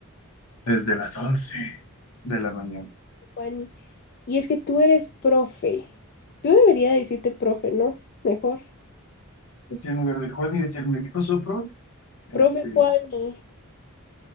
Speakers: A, on the left; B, on the left.
A: desde las 11 de la mañana.
B: Juani? Y es que tú eres profe. Tú deberías decirte profe, ¿no? Mejor.
A: Así en lugar de Juan y decirme, ¿qué pasó, prof? Este,
B: Profe Juani.